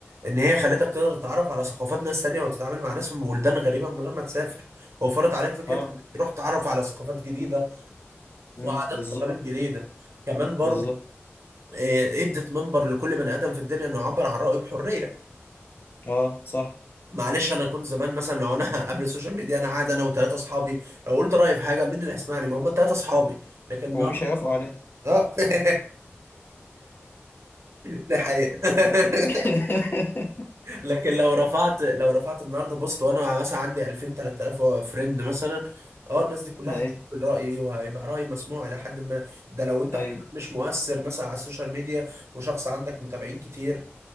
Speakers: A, on the right; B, on the left.
A: ان هي خلتك تقدر تتعرف على ثقافات ناس تانية وتتعامل مع ناس من بلدان غريبه من غير ما تسافر وفرت عليك فكره
B: اه
A: انك تروح تتعرف على ثقافات جديده
B: امم
A: وعادات
B: بالظبط
A: وتقاليد جديده كمان برضه
B: بالظبط
A: آه، ادت منبر لكل بني ادم في الدنيا انه يعبر عن رايه بحريه
B: اه صح
A: معلش انا كنت زمان مثلا لو انا <laughs> قبل السوشيال ميديا انا قاعد انا وثلاثه اصحابي لو قلت رايي في حاجه مين اللي هيسمعني ما هم ثلاثه اصحابي لكن النهارده
B: ومش هيوافقوا عليه
A: اه <laughs> ده حقيقه <laughs>
B: <laughs>
A: لكن لو رفعت لو رفعت النهارده بوست وانا مثلا عندي 2000 3000 فريند مثلا اه الناس دي كلها
B: ايوه
A: هتشوف رايي وهيبقى رايي مسموع الى حد ما ده لو انت
B: ايوه
A: مش مؤثر مثلا على السوشيال ميديا وشخص عندك متابعين كتير